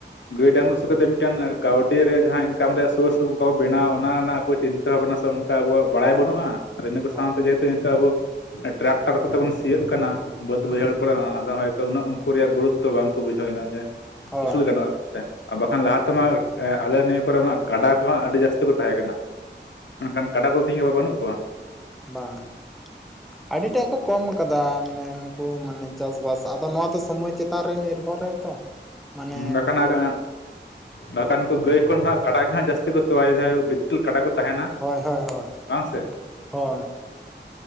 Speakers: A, on the left; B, in the centre.
A: ᱜᱟᱹᱭ ᱰᱟᱝᱟᱹ ᱥᱩ ᱛᱮ ᱢᱤᱫᱴᱟᱝ ᱠᱟᱹᱣᱰᱤ ᱨᱮᱭᱟᱜ ᱡᱟᱦᱟᱸ ᱤᱱᱠᱟᱢ ᱨᱮᱭᱟᱜ ᱥᱳᱨᱥ ᱚᱱᱠᱟ ᱵᱚ ᱵᱮᱱᱟᱣᱟ ᱚᱱᱟ ᱨᱮᱱᱟᱜ ᱟᱵᱚ ᱪᱤᱱᱛᱟᱹ ᱵᱷᱟᱵᱱᱟ ᱥᱮ ᱚᱱᱠᱟ ᱟᱵᱚᱣᱟᱜ᱾ ᱵᱟᱲᱟᱭ
B: ᱦᱳᱭ
A: ᱵᱟᱹᱱᱩᱜᱼᱟ ᱟᱨ ᱤᱱᱟᱹ ᱠᱚ
B: ᱦᱳᱭ
A: ᱥᱟᱶᱛᱮ ᱡᱮᱦᱮᱛᱩ ᱱᱮᱛᱚᱜ ᱟᱵᱚ ᱴᱨᱟᱠᱴᱟᱨ ᱠᱚᱛᱮ ᱵᱚᱱ ᱥᱤᱭᱳᱜ ᱠᱟᱱᱟ ᱵᱟᱹᱫ
B: ᱦᱩᱸ
A: ᱵᱟᱹᱭᱦᱟᱹᱲ ᱠᱚ ᱠᱚᱨᱮ ᱦᱚᱸ ᱟᱫᱚ ᱦᱚᱭᱛᱳ ᱩᱱᱟᱹᱜ ᱩᱱᱠᱩ ᱨᱮᱭᱟᱜ ᱜᱩᱨᱩᱛᱛᱚ ᱵᱟᱝᱠᱚ ᱵᱩᱡᱷᱟᱹᱣ ᱫᱟ ᱡᱮ
B: ᱦᱳᱭ
A: ᱟᱹᱥᱩᱞ ᱜᱟᱱᱚᱜᱼᱟ ᱥᱮ ᱟᱨ ᱵᱟᱠᱷᱟᱱ ᱞᱟᱦᱟ ᱛᱮᱢᱟ ᱟᱞᱮ ᱱᱤᱭᱟᱹ ᱠᱚᱨᱮ ᱢᱟ ᱠᱟᱰᱟ ᱠᱚᱦᱚᱸ ᱟᱹᱰᱤ ᱡᱟᱹᱥᱛᱤ ᱠᱚ ᱛᱟᱦᱮᱸ ᱠᱟᱱᱟ ᱢᱮᱱᱠᱷᱟᱱ ᱠᱟᱰᱟ ᱠᱚ ᱛᱤᱦᱮᱧ ᱜᱟᱯᱟ ᱵᱟᱹᱱᱩᱜ ᱠᱚᱣᱟ?
B: ᱵᱟᱝᱼᱟ ᱾ ᱟᱹᱰᱤᱴᱟᱜ ᱠᱚ ᱠᱚᱢ ᱠᱟᱫᱼ ᱫᱟ ᱢᱟᱱᱮ ᱱᱩᱠᱩ ᱢᱟᱱᱮ ᱪᱟᱥᱵᱟᱥ ᱟᱫᱚ ᱱᱚᱣᱟ ᱫᱚ ᱥᱚᱢᱚᱭ ᱪᱮᱛᱟᱱ ᱨᱮ ᱱᱤᱨᱵᱷᱚᱨᱟᱭ ᱛᱚ ᱢᱟᱱᱮ
A: ᱵᱟᱠᱷᱟᱱ ᱟᱨ ᱵᱟᱠᱷᱟᱱ ᱩᱱᱠᱩ ᱜᱟᱹᱭ ᱠᱷᱚᱱ ᱦᱟᱸᱜ ᱠᱟᱰᱟ ᱜᱮ ᱦᱟᱸᱜ ᱡᱟᱹᱥᱛᱤ ᱠᱚ ᱛᱚᱣᱟᱭᱟ ᱵᱤᱛᱠᱤᱞ ᱠᱟᱰᱟ ᱠᱚ ᱛᱟᱦᱮᱱᱟ
B: ᱦᱳᱭ ᱦᱳᱭ ᱦᱳᱭ
A: ᱵᱟᱝ ᱥᱮ
B: ᱾ ᱦᱳᱭ